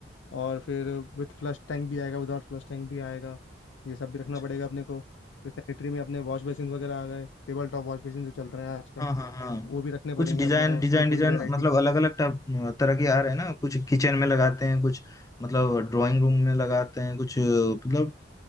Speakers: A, on the left; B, on the left.
A: और फिर विथ फ्लश टैंक भी आएगा विदाउट फ्लश टैंक भी आएगा ये सब भी रखना
B: अच्छा
A: पड़ेगा अपने को फिर सैनिटरी में अपने वॉश बेसिन वगैरह आ गए टेबल टॉप वॉश बेसिन जो चल रहे हैं आजकल
B: हाँ हाँ हाँ
A: वो भी रखने पड़ेंगे
B: कुछ डिजाइन
A: अपने को उसकी
B: डिजाइन
A: भी
B: डिजाइन
A: थोड़ी वैरायटी
B: मतलब अलग अलग टाइप तरह के आ रहे हैं ना कुछ किचन में लगाते हैं कुछ मतलब ड्राइंग रूम में लगाते हैं कुछ मतलब